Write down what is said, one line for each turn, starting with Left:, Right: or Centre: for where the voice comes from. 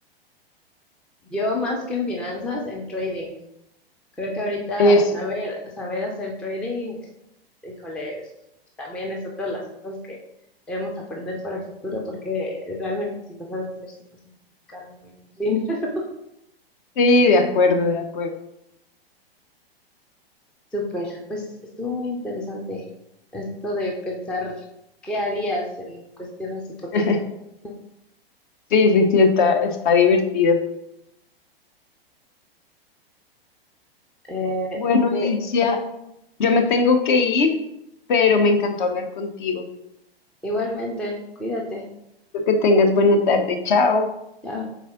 Centre: Yo más que en finanzas, en trading. Creo que ahorita
Left: Eso.
Centre: saber, saber hacer trading, híjole, también es otra de las cosas que debemos aprender para el futuro, porque realmente si lo sabes hacer, sí puedes multiplicar muy bien tu dinero.
Left: Sí, de acuerdo, de acuerdo.
Centre: Súper, pues estuvo muy interesante esto de pensar qué harías en cuestiones hipotéticas.
Left: <laughs>
Centre: <laughs>
Left: Sí, sí, sí, está, está divertido.
Centre: Eh,
Left: Bueno,
Centre: eh,
Left: Itzia. Yo me tengo que ir, pero me encantó hablar contigo.
Centre: igualmente, cuídate.
Left: Espero que tengas buena tarde. Chao.
Centre: Chao.